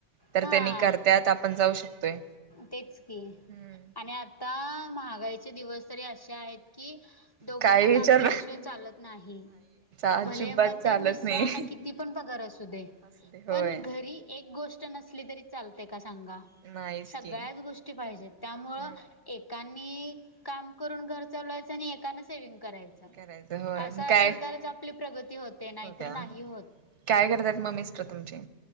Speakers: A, on the right; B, on the left.
A: तर
B: हा
A: त्यांनी करत्यात. आपण जाऊ शकतोय.
B: तेच की,
A: हम्म
B: आणि आता महागाईचे दिवस तरी असे आहेत. कि दोघांनी
A: काही विचार
B: काम केल्याशिवाय चालत नाही
A: अजिबात
B: भले मग
A: चालत
B: ते मिस््रां
A: नाही
B: <inaudible> कि ती पण पगार असू दे
A: असू दे होय
B: पण घरी एक गोष्ट नसली तरी चालते का सांगा
A: नाहीच
B: सगळ्याच
A: की
B: गोष्टी पाहिजेत. त्यामुळं
A: हम्म
B: एकानी काम करून घर चालवायचं, आणि एकानें सेव्हंग करायचं.
A: करायचं होय
B: असं
A: मग काय
B: असेल तरच, आपली प्रगती होते. नाहीतर
A: होत्या
B: नाही होत.
A: काय करतात, मग मिस्टर तुमचे?